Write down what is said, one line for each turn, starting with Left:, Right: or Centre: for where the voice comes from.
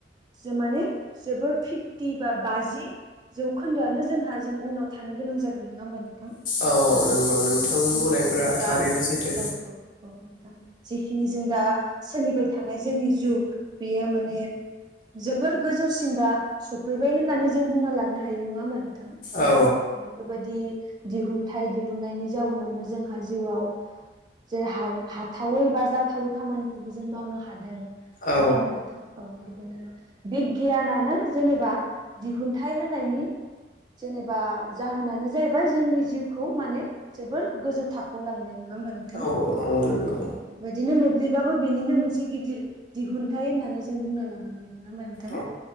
Right: जि माने जोबोर फिफटि बा बाजि जौखोन्दो आनो जोंहा जों उनाव थानो गोनां जागोन नङा होमबा नों थां
Left: औ
Right: दा
Left: नंगौ नोंथां
Right: जेखिनि
Left: बुंनायफोरा
Right: जों दा
Left: थारैनो सैथो
Right: औ औ औ। जेखिनि जों दा सोलिबाय थानाय जोंनि जुग बेयो माने जोबोर गोजौसिम दा सफैबाय होननानै जों बुंना लांनो हायो नङा होमबा नों थां
Left: औ
Right: बेफोरबायदि दिहुनथाइ दिहुननायनि जाउनावनो जोंहा जिउआव जेरै हा हाथावै बा जाथावै खामानि खौबो जों मावनो हादों
Left: औ
Right: नङा होमबा? थां औ बिदिनो बिगियानानो जेनेबा दिहुनथाइ होनायनि जेनेबा जाहोनानो जे बा जोंनि जिउखौ माने जोबोर गोजौ थाखोआव लांनाय नङा होमबा नोंथां?
Left: औ औ नंगौ
Right: उम बेदिनो मोब्लिबाबो बेनिनो मोनसे गिदिर दिहुनथाइ होननानै जों बुंना लानांगोन नङा होमबा नोंथां?
Left: औ